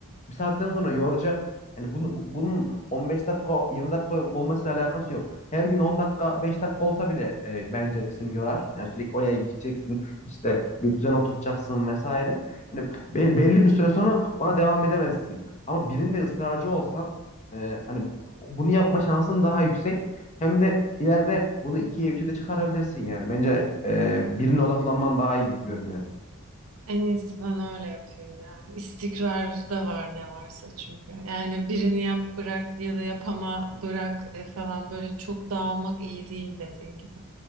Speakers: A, on the left; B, on the right.
A: bir saatten sonra yoracak. Yani bunu, bunun 15 dakika 20 dakika olmasıyla alakası yok. Her gün 10 dakika 5 dakika olsa bile e, bence seni yorar. Yani sürekli oraya gideceksin işte bir düzen oturtacaksın vesaire. Yani be- belli bir süre sonra ona devam edemezsin. Ama birinde ısrarcı olsan e, hani bunu yapma şansın daha yüksek. Hem de ileride bunu ikiye üçe de çıkarabilirsin yani. Bence e, birine odaklanman daha iyi gibi görünüyor.
B: En iyisi ben öyle yapayım ya. İstikrarda var ne varsa çünkü. Yani birini yap bırak ya da yapama bırak e, falan böyle çok dağılmak iyi değil dediğin gibi.